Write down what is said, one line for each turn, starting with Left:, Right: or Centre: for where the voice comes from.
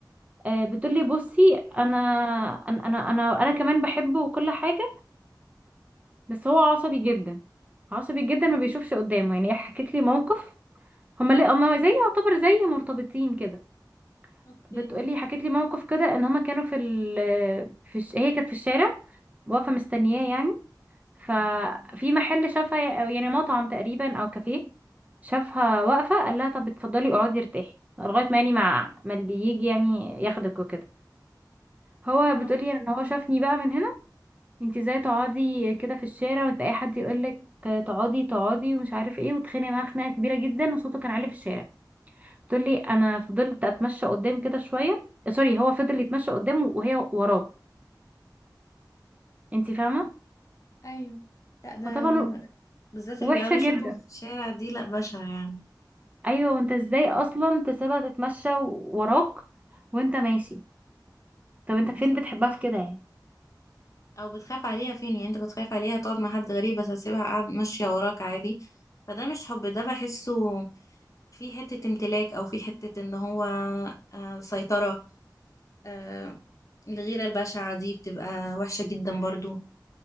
Right: آه، بتقول لي بصي انا انا انا انا انا كمان بحبه وكل حاجه بس هو عصبي جدا عصبي جدا ما بيشوفش قدامه يعني هي حكت لي موقف هما لا هما زي يعتبر زي مرتبطين كده
Left: اوكي
Right: بتقولي حكيت لي موقف كده ان هما كانوا في ال في الش... هي كانت في الشارع واقفه مستنياه يعني ففي محل شافها أو يعني مطعم تقريبا او كافيه شافها واقفه قال لها طب اتفضلي اقعدي ارتاحي لغايه ما يعني مع ما اللي يجي يعني ياخدك وكده هو
Left: اه
Right: بتقولي ان هو شافني بقى من هنا انت ازاي تقعدي كده في الشارع وانت اي حد يقولك تقعدي تقعدي ومش عارف ايه وتخانق معاه خناقه كبيره جدا وصوته كان عالي في الشارع تقول لي انا فضلت اتمشى قدام كده شويه سوري هو فضل يتمشى قدامه وهي وراه انت فاهمه
Left: ايوه لا ده
Right: فطبعا
Left: بالذات
Right: وحشه
Left: اللي بيعلوا
Right: جدا
Left: صوته في الشارع دي لا بشعة يعني
Right: ايوه وانت ازاي اصلا تسيبها تتمشى وراك وانت ماشي طب انت فين
Left: صح
Right: بتحبها في كده يعني
Left: او بتخاف عليها فين يعني انت كنت خايف عليها تقعد مع حد غريب بس هتسيبها قاعد ماشية وراك عادي فده مش حب ده بحسه في حتة امتلاك او في حتة ان هو آه سيطرة آه الغيرة البشعة دي بتبقى وحشة جدا برضو